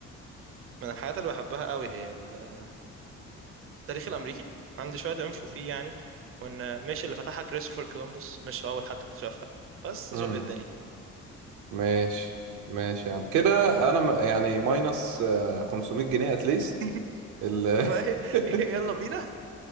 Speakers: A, on the right; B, on the right.
A: من الحاجات اللي بحبها قوي هي التاريخ الأمريكي عندي شوية انفو فيه يعني وإن مش اللي فتحها كريستوفر كولومبوس مش هو أول حد اكتشفها بس
B: امم
A: ذوق الدنيا
B: ماشي ماشي يا عم كده أنا م- يعني ماينس آه، 500 جنيه اتليست
A: <laughs>
B: ال...
A: فايه
B: <laughs>
A: يلا بينا